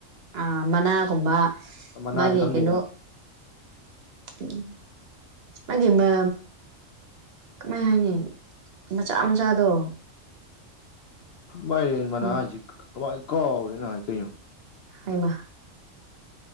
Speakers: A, on the right; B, on the left.
A: ꯑ ꯃꯅꯥꯒꯨꯝꯕ
B: ꯃꯅꯥꯗꯤ
A: ꯃꯥꯒꯤ
B: ꯈꯪꯗꯦꯕ
A: ꯀꯩꯅꯣ ꯎ ꯃꯥꯒꯤ ꯃ ꯀꯃꯥꯏ ꯍꯥꯏꯅꯤ ꯃꯆꯥ ꯃꯆꯥꯗꯣ
B: ꯃꯥꯏꯔꯦꯟ ꯃꯅꯥꯁꯤ
A: ꯎꯝ
B: ꯀꯃꯥꯏꯅ ꯀꯥꯎꯔꯤꯦ ꯅꯍ ꯀꯩꯅꯣ
A: ꯍꯥꯏꯃ